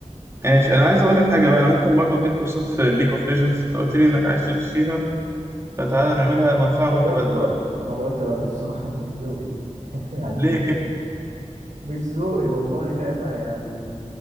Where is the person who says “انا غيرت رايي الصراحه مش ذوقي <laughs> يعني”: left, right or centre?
Right